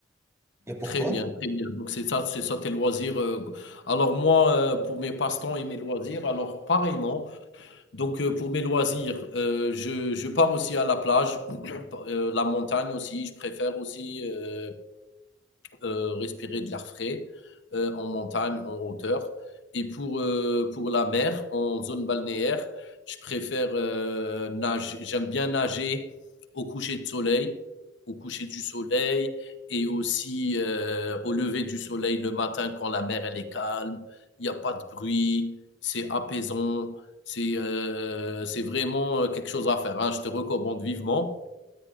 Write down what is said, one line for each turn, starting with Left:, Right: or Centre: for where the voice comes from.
Right: Et pour
Left: Très
Right: toi?
Left: bien, très bien. Donc c'est ça, c'est ça tes loisirs. euh. Alors moi, euh, pour mes passe-temps et mes loisirs, alors pareillement. Donc euh, pour mes loisirs, euh, je, je pars aussi à la plage, <coughs> <clears throat> euh, la montagne aussi. Je préfère aussi. euh, euh, respirer de l'air frais euh, en montagne, en hauteur. Et pour, euh, pour la mer, en zone balnéaire, je préfère euh, nager. J'aime bien nager au coucher de soleil, au coucher du soleil et aussi euh, au lever du soleil le matin quand la mer elle est calme, il n'y a pas de bruit, c'est apaisant, c'est euh, c'est vraiment euh, quelque chose à faire. Hein. Je te recommande vivement.